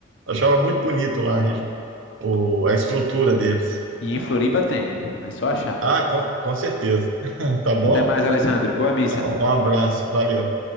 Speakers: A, on the right; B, on the left.
A: Achava muito bonito lá a, regi- o- a estrutura deles.
B: E em Floripa tem, é só achar.
A: Ah, com, com certeza. <laughs> Tá bom?
B: Até mais, Alessandro. Boa missa.
A: Um abraço. Valeu.